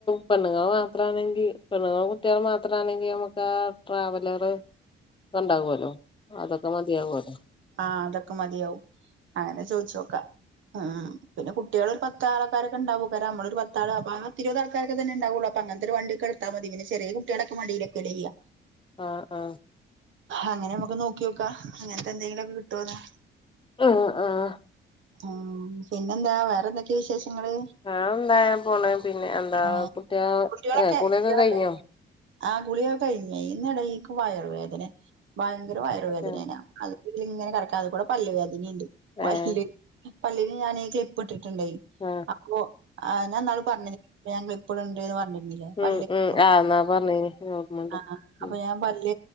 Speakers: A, on the left; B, on the right.
A: പെണ്ണുങ്ങള് മാത്രാണെങ്കി പെണ്ണ്ങ്ങളും കുട്ട്യാളും മാത്രാണെങ്കി നമ്മക്കാ ട്രാവലറ് ക്കെണ്ടാവുല്ലോ അതൊക്കെ മതിയാവോലോ
B: ആ അതൊക്കെ മതിയാവും അങ്ങനെ ചോയ്ച്ചോക്ക ഉം പിന്നെ കുട്ട്യാളൊര് പത്ത് പത്താൾക്കാരൊക്കെണ്ടാവേക്കാരം നമ്മളൊര് പത്താള് അപ്പാ പത്തിരുപത് ആൾക്കൊക്കെന്നെണ്ടാവൊള്ളു അപ്പ അങ്ങൻത്തൊരു വണ്ടിയൊക്കെ ഇട്ത്താ മതി പിന്നെ ചെറിയ കുട്ട്യാളൊക്ക മടിലെക്കല്ലെയ്യ
A: ആ ആ
B: അങ്ങനെ ഞമ്മക്ക് നോക്ക്യോക്കാ അങ്ങൻത്തെന്തെലൊക്കെ കിട്ടോന്ന്
A: ആ ആ
B: ആ പിന്നെന്താ വേറെന്തൊക്കെ വിശേഷങ്ങള്
A: വേറെന്താ അങ്ങനെ പോണ് പിന്നെ എന്താ
B: ആഹ്
A: കുട്ട്യാള്
B: കുട്ടികളൊക്കെ
A: എ കുളിയൊക്കെ
B: കുട്ടികളൊക്കെ
A: കയ്ഞ്ഞോ
B: ആ കുളിയൊക്കെ കയ്ഞ് അയ്ന്റെടേല് ൻക്ക് വയറുവേദനെ ഭയങ്കര വയറുവേദനേനാ
A: ആഹ്
B: അത്ക്കൂടിങ്ങനെ കെടക്കാ അത് കൂടെ പല്ല് വേദനേം ണ്ട് പല്ല്
A: ഏഹ്
B: പല്ലിന് ഞാന് ക്ലിപ്പിട്ടിട്ട്ണ്ടേ
A: ആ
B: അപ്പൊ ഞാന്നാള് പർഞ്ഞിലെ <unintelligible> <unintelligible>
A: ഉം ഉം ആഹ് എന്നാ പറഞ്ഞീനി ഓർമ്മണ്ട്
B: അപ്പൊ
A: ഉം
B: ഞാൻ പല്ല്